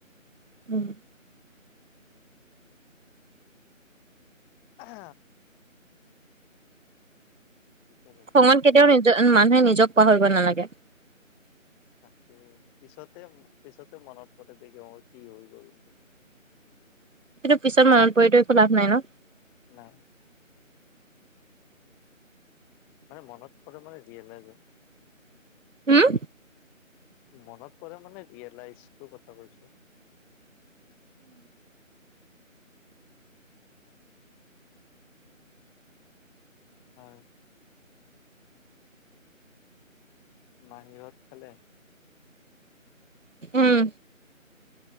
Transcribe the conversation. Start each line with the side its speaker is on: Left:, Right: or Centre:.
Right: উম।
Centre: নাই। অ। কি যে হ'ব
Right: খঙত কেতিয়াও নিজৰ, মানুহে নিজক পাহৰিব নালাগে।
Centre: তাকে, পিছতে-পিছতে মনত পৰে দেখি অ, কি হৈ গ'ল বুলি।
Right: কিন্তু পিছত মনত পৰিটো একো লাভ নাই ন।
Centre: নাই। মানে মনত পৰে মানে ৰিয়েলাইজ হয়।
Right: উম।
Centre: মনত পৰে মানে ৰিয়েলাইজটো কথা কৈছো। অ'হ মাহীহঁত খালে?
Right: উম।